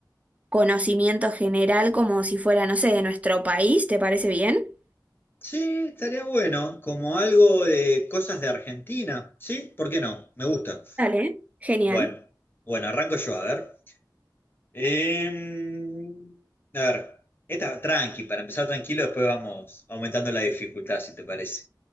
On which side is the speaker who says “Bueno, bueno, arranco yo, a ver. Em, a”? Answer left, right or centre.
Left